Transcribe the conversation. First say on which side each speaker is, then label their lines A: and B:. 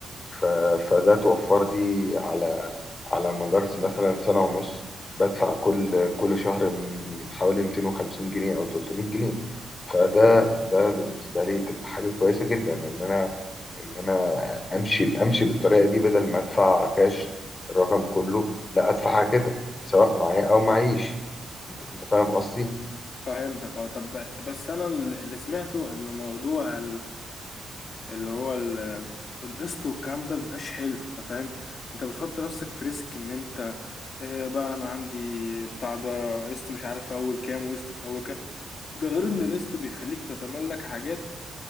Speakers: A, on the left (about 30°); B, on the left (about 50°).
A: ف... فده توفر لي على على مدار مثلا سنة ونص بدفع كل كل شهر م- حوالي 250 جنيه أو 300 جنيه فده ده بالنسبة لي تبقى حاجة كويسة جدا إن أنا إن أنا أمشي أمشي بالطريقة دي بدل ما أدفع كاش الرقم كله لا أدفعها كده سواء معايا أو معيش أنت أنت فاهم قصدي؟
B: فهمتك اه طب بس انا اللي سمعته ان موضوع اللي هو ال- القسط والكلام ده مبيبقاش حلو انت فاهم انت بتحط نفسك في ريسك ان انت اه بقى انا عندي بتاع ده قسط مش عارف في اول كام وقسط في اول كام ده غير ان القسط بيخليك تتملك حاجات